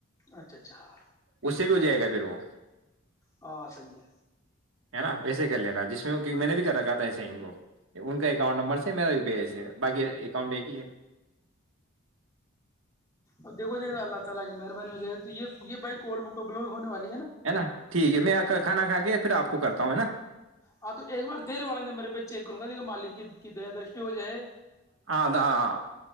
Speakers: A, on the left; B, on the right.
A: اچھا اچھا <unintelligible>
B: اس بھی ہو جائے گا پھر وہ <unintelligible>
A: ہاں صحیح ہے
B: ہے نا ویسے کر لینا جس میں کہ میں نے بھی کر را کہا تھا ایسے کو ان کا اکاؤنٹ نمبر میرا ی پی آئی سے باقی اکاؤنٹ ہے کہ ہے
A: اب دیکھ دے اللہ تعالی کی مہربانی ہو جائے تو یہ بائک کو مکبل ہونے والی
B: ہے نا ٹھیک ہے میں کھانا کھا کے پھر آپ کو کرتا ہوں ہے نا
A: ہاں تو ایک بار تے والے نے میرے ب چیک کروں گا دیکا مالک کی دیا دش ہو جائے ہے
B: آ ہ